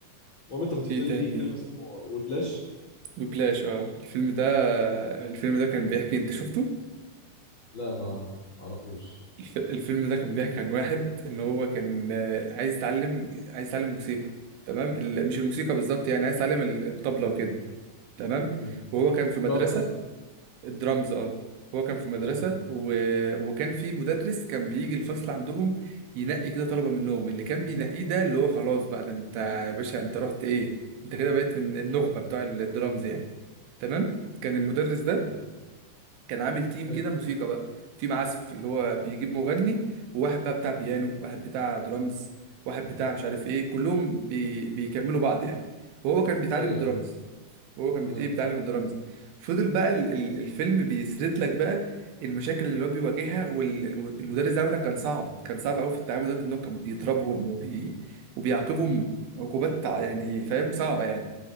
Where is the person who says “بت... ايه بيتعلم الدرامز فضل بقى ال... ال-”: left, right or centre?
Right